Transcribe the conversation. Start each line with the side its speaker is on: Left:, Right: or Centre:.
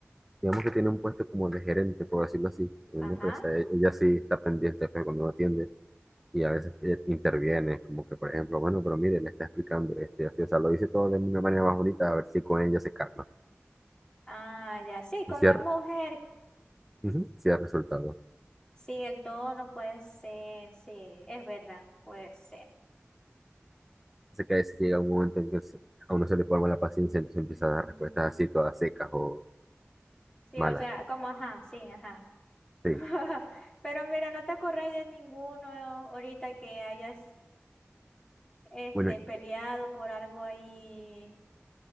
Centre: digamos que tiene un puesto como de gerente, por decirlo así, en
Left: ajá.
Centre: una empresa. E- Ella sí está pendiente, pues cuando no atiende y a veces eh, interviene, como que, por ejemplo, bueno, pero mire, le está explicando, este, así, o sea, lo dice todo de una manera más bonita, a ver si con ella se calma.
Left: Ah, ya, sí, como
Centre: Y si ha,
Left: es mujer,
Centre: ujú, sí ha resultado.
Left: sí, el tono puede ser, sí, es verdad, puede ser.
Centre: Así que a veces llega un momento en que se- a uno se le colma la paciencia, entonces empieza
Left: Mm,
Centre: a dar respuestas así, todas secas o
Left: Sí,
Centre: malas.
Left: o sea, como, ajá, sí, ajá.
Centre: Sí.
Left: <laughs> Pero mira, no te acordáis de ninguno ¿no? ahorita que hayas este,
Centre: Bueno,
Left: peleado por algo ahí,